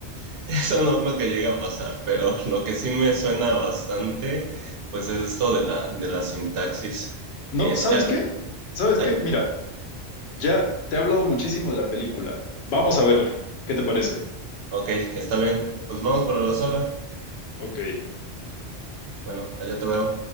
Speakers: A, on the right; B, on the left.
A: <laughs> Eso no creo que llegue a pasar, pero lo que sí me suena bastante, pues es esto de la, de la sintaxis.
B: No,
A: Es,
B: ¿sabes qué? ¿Sabes
A: hay,
B: qué? Mira, Ya te he hablado muchísimo de la película. Vamos a verla. ¿Qué te parece?
A: Ok, está bien. Pues vamos para la sala.
B: Ok.
A: Bueno, allá te veo.